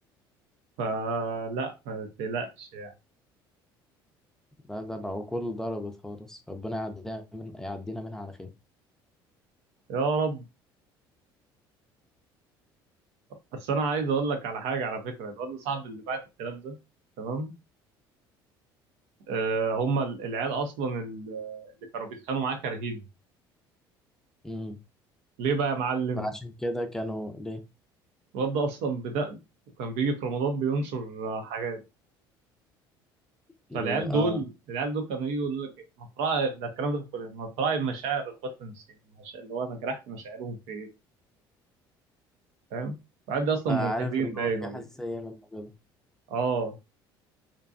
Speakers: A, on the right (about 70°); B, in the centre.
A: فلا ما تقلقش يعني
B: لا ده العقول ضربت خالص ربنا يعدينا من يعدينا منها على
A: يا رب بس انا عايز اقول لك على حاجه على فكره الواد صاحب اللي بعت الكلام ده تمام آه هم ال- العيال اصلا ال- اللي كانوا بيتخانقوا معاه كارهين
B: خير
A: ليه بقى يا معلم
B: فعشان كده كانوا ليه
A: الواد ده اصلا بدأ وكان بيجي في رمضان بينشر آه، حاجات
B: ي-
A: فالعيال
B: اه
A: دول العيال دول كانوا يجوا يقول لك إيه، مطرح ده الكلام ده في الكليه مطرح مشاعر اخواتنا المسيحيين مشاعر- اللي هو انا جرحت مشاعرهم في ايه فاهم العيال دي اصلا
B: فعارف
A: ملحدين
B: اللي
A: باين
B: هو في
A: ولا
B: حساسية منه كده
A: اه